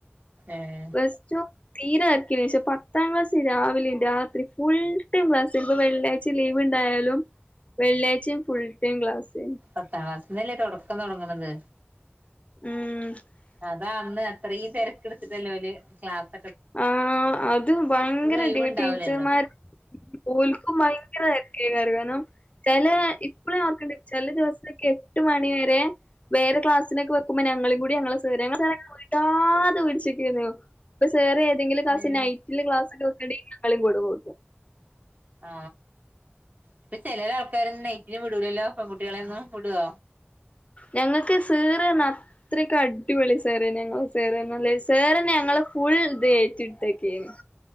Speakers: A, on the right (about 45°); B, on the left (about 35°).
A: ഏഹ്
B: ബസ്സ്റ്റോപ്പ് തീരെ തെരക്കില്ലേന്നു. പക്ഷേ പത്താം ക്ലാസ് രാവിലെയും രാത്രി ഫുൾ ടൈം ക്ലാസ്സ് വെള്ളിയാഴ്ച ലീവ്. ണ്ടായാലും വെള്ളിയാഴ്ച്ചയും ഫുൾ ടൈം ക്ലാസ്.
A: പത്താം ക്ലാസ്സിന്നല്ലേ തുടക്കം തുടങ്ങണത്
B: ഉം
A: അതാ അന്ന് അത്രയും തിരക്കെടുത്തിട്ടല്ലോ ക്ലാസ്
B: ആ അത് ഭയങ്കരാടി
A: ഒഴിവുണ്ടാവൂലല്ലോ
B: ടീച്ചർമാര് ഓൽകും ഭയങ്കര തെരക്കയ്ക്കാരം കാരണം ചെലെ ഇപ്പളും ഞാൻ ഓർക്ണ്‌ണ്ട് ചെല ദിവസൊക്കെ എട്ട് മണിവരെ വേറെ ക്ലാസ്സിനൊക്കെ വെക്കുമ്പോ ഞാ ഞങ്ങളീംകൂടെ ഞങ്ങളെ സാർ വിടാതെ പിടിച്ച്ക്കെരുന്നു. സാർ ഏതെങ്കിലും ക്ലാസ്
A: ഏഹ്
B: നൈറ്റില് ക്ലാസ് ഒക്കെ വെക്കേണ്ടെങ്കിൽ ഞങ്ങളെ കൂടെ കൂട്ടും.
A: ആ ഇപ്പൊ ചെലെ ആൾക്കാരൊന്നും നൈറ്റിന് വിടൂലല്ലോ പെൺകുട്ട്യേലൊന്നും, വിടോ?
B: ഞങ്ങൾക്ക് സേറ്ന്ന് പറഞ്ഞ അത്രക്ക് അടിപൊളി സാറെന്നു ഞങ്ങളെ സേറ്ന്ന് പറഞ്ഞാല്. സേറന്നെ ഞങ്ങളെ ഫുൾ ഇത് ഏറ്റെടുത്തിരിക്കെയിരുന്നു.